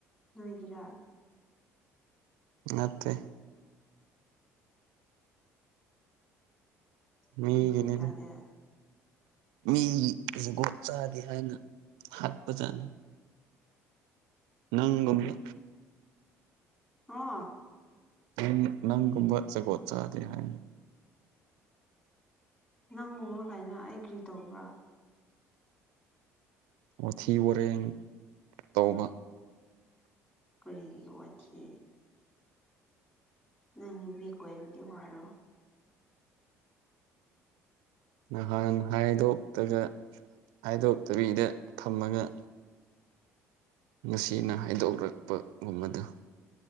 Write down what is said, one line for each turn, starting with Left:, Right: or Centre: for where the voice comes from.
Left: ꯅꯣꯏꯒꯤꯔꯥ
Right: ꯅꯠꯇꯦ ꯃꯤꯒꯤꯅꯦꯗ
Left: ꯑꯗꯨꯗꯤ ꯀꯗꯥꯏꯗ
Right: ꯃꯤꯒꯤ ꯖꯨꯒꯣꯠ ꯆꯥꯗꯦ ꯍꯥꯏꯅ ꯍꯥꯠꯄꯖꯥꯠꯅꯤ ꯅꯪꯒꯨꯝꯕ
Left: ꯍꯥ
Right: ꯅꯪ ꯅꯪꯒꯨꯝꯕ ꯖꯒꯣꯠ ꯆꯥꯗꯦ ꯍꯥꯏꯅ
Left: ꯅꯪꯒꯨꯝꯃ ꯀꯥꯏꯅ ꯑꯩ ꯀ꯭ꯔꯤ ꯇꯧꯕ꯭ꯔꯥ
Right: ꯋꯥꯊꯤ ꯋꯥꯔꯦꯡ ꯇꯧꯕ
Left: ꯀꯔꯤꯒꯤ ꯋꯥꯊꯤ ꯅꯪ ꯅꯨꯄꯤ ꯀꯣꯏꯕꯒꯤ ꯋꯥꯔꯣ
Right: ꯅꯍꯥꯟ ꯍꯥꯏꯗꯣꯛꯇꯒ ꯍꯥꯏꯗꯣꯛꯇꯕꯤꯗ ꯊꯝꯃꯒ ꯉꯁꯤꯅ ꯍꯥꯏꯗꯣꯛꯔꯛꯄꯒꯨꯝꯕꯗꯨ